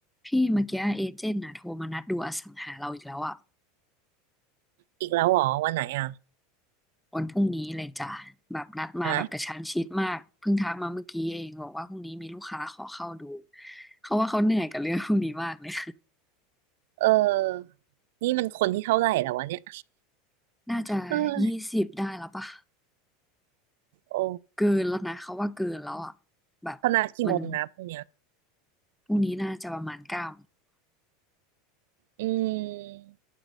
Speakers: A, in the centre; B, on the right.
A: พี่เมื่อกี้เอเจนต์น่ะโทรมานัดดูอสังหาเราอีกแล้วอ่ะ
B: อีกแล้วเหรอวันไหนอ่ะ
A: วันพรุ่งนี้เลยจ้ะแบบนัดมาแบบกระชั้นชิดมากเพิ่งทักมาเมื่อกี้เองบอกว่าพรุ่งนี้มีลูกค้าขอเข้าดู
B: อ่ะ
A: เขาว่าเขาเหนื่อยกับเรื่องพวกนี้มากเลย
B: เออ นี่มันคนที่เท่าไหร่แล้ววะเนี่ย
A: <laughs> น่าจะยี่สิบได้แล้วปะ
B: เออโอ้
A: เกินแล้วนะเขาว่าเกินแล้วอ่ะแบบ
B: เขานัดกี่โมงนะพรุ่งเนี้ย
A: มันพรุ่งนี้น่าจะประมาณเก้า
B: อืม